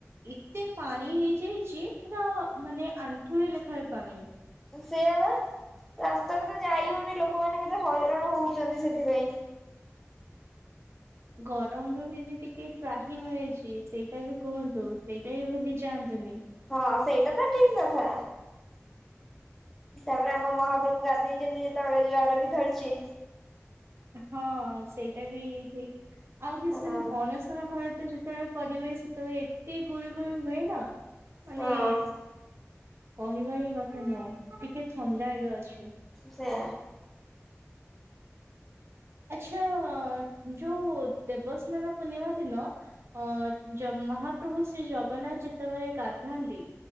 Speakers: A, on the right; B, in the centre.
A: ଏତେ ପାଣି ହେଇଯାଇଛି ପୁରା ମାନେ ଆଣ୍ଠୁଏ ଲେଖାଏ ପାଣି।
B: ସେୟା ପା। ରାସ୍ତାରେ ତ ଯାଇ ହଉନି ଲୋକମାନେ କେତେ ହଇରାଣ ହଉଛନ୍ତି ସେଥିପାଇଁ।
A: ଗରମ ରୁ ବି ଦିଦି ଟିକେ ତ୍ରାହି ମିଳିଛି ସେଇଟା ବି କୁହନ୍ତୁ ସେଇଟା ବି ଭୁଲି ଯାଆନ୍ତୁନି।
B: ହଁ ସେଇଟା ତ ଠିକ କଥା। ତାପରେ ଆମ ମହାପ୍ରଭୁ ଗାଧେଇଚନ୍ତି ଯେତେବେଳେ ଜର ବି ଧରିଚି।
A: ହଁ ସେଇଟା ବି ଠିକ ଆଉ କିଛି
B: ହଁ।
A: ଦିନ ଅନୁସନ ଘରେ ତ ଯେତେବେଳେ ପରିବେଶ ତ ଏତେ ଗୁଳି ଗୁଳି ହୁଏ ନା ମାନେ
B: ହଁ
A: କହିବା ହିଁ କଥା ନୁହଁ ଟିକେ ଥଣ୍ଡା ଏବେ ଅଛି।
B: ସେୟା।
A: ଆଚ୍ଛା ଯୋଉ ଦେବସ୍ନାନ ପୂର୍ଣ୍ଣିମା ଦିନ ଅ ଜମା ମହାପ୍ରଭୁ ଶ୍ରୀ ଜଗନ୍ନାଥ ଯେତେବେଳେ ଗାଧାନ୍ତି